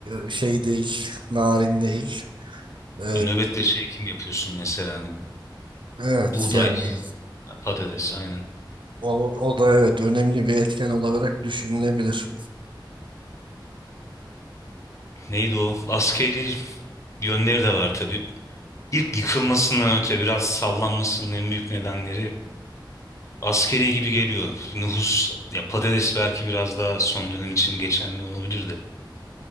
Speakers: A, on the right; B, on the left.
A: e, şey değil, narin değil. Ee,
B: yani nöbette şey kim yapıyorsun mesela hani
A: evet
B: buğday,
A: yani
B: patates aynen.
A: o, o da evet önemli bir etken olarak düşünülebilir.
B: Neydi o? Askeri yönleri de var tabii. İlk yıkılmasından öte biraz sallanmasının en büyük nedenleri askeri gibi geliyor. Nüfus, ya patates belki biraz daha son dönem için geçerli olabilir de.